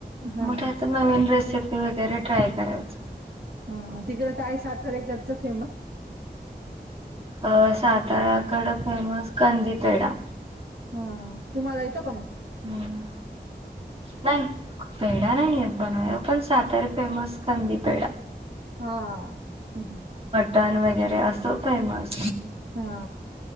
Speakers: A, on the right; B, on the right.
A: हा
B: मग काहीतरी नवीन रेसिपी ते वगैरे ट्राय करायची.
A: हा तिकडें काय सातारेकडचं फेमस?
B: अ साताऱ्याकडे फेमस कंदीपेडा.
A: हा तुम्हाला येतो का मग?
B: हम्म नाही पेढा नाही येत बनवायला. पण सातार फेमस कंदी पेढा.
A: हा. हम. हम.
B: टन वगैरे असं फेमस.
A: हा.